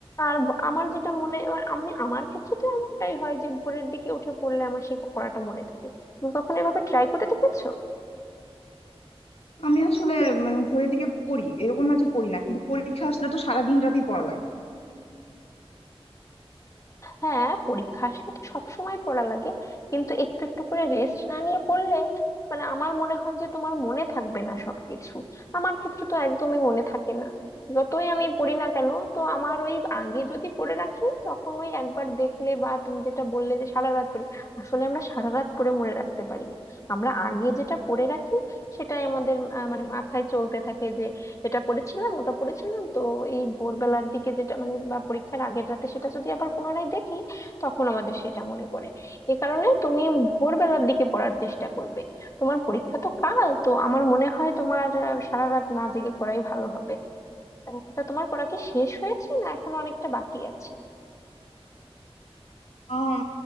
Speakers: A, on the left (about 30°); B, on the left (about 75°).
A: আর ভ- আমার যেটা মনে আমার আমি আমার ক্ষেত্রে তো এমনটাই হয় যে ভোরের দিকে উঠে পড়লে আমার সেই পড়াটা মনে থাকে তুমি কখনো এভাবে ট্রাই করে দেখেছো
B: আমি আসলে মানে ঘড়ির দিকে পড়ি এরকম না যে পড়ি না কিন্তু পরীক্ষা আসলে তো সারা দিন রাতেই পড়া লাগে
A: হ্যাঁ পরীক্ষা আসলে তো সবসময় পড়া লাগে কিন্তু একটু একটু করে রেস্ট না নিয়ে পড়লে মানে আমার মনে হয় যে তোমার মনে থাকবে না সবকিছু আমার ক্ষেত্রে তো একদমই মনে থাকে না যতই আমি পড়ি না কেন তো আমার ওই আগে যদি পড়ে রাখি তখন ওই একবার দেখলে বা তুমি যেটা বললে যে সারা রাত পড়ি আসলে আমরা সারা রাত পড়ে মনে রাখতে পারি না আমরা আগে যেটা পড়ে রাখি সেটাই আমাদের আহ, মানে মাথায় চলতে থাকে যে এটা পড়েছিলাম ওটা পড়েছিলাম তো এই ভোরবেলার দিকে যেটা মানে বা পরীক্ষার আগের রাতে সেটা যদি আবার পুনরায় দেখি তখন আমাদের সেটা মনে পড়ে এ কারণে তুমি ভোরবেলার দিকে পড়ার চেষ্টা করবে তোমার পরীক্ষা তো কাল তো আমার মনে হয় তোমার আহ, সারা রাত না জেগে পড়াই ভালো হবে আহ, তা তোমার পড়া কি শেষ হয়েছে না এখনো অনেকটা বাকি আছে
B: আহ